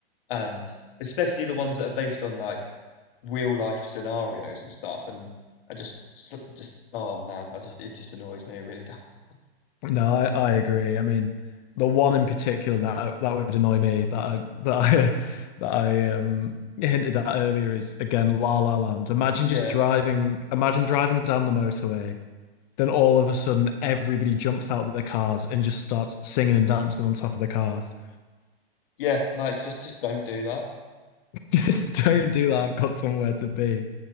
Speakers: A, on the left; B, on the left.
A: and especially the ones that are based on like real life scenarios and stuff. And I just, s- just, oh man, I just, it just annoys me. It really does. <laughs>
B: no, I, I agree. I mean, the one in particular that that would annoy me that I that I <laughs> that I um hinted at earlier is again La La Land. Imagine
A: Yeah,
B: just driving, imagine driving down the motorway, then all of a sudden everybody jumps out of their cars and just starts singing and dancing on top of the cars.
A: yeah, like just, just don't do that.
B: <laughs> Just don't do that. I've got somewhere to be.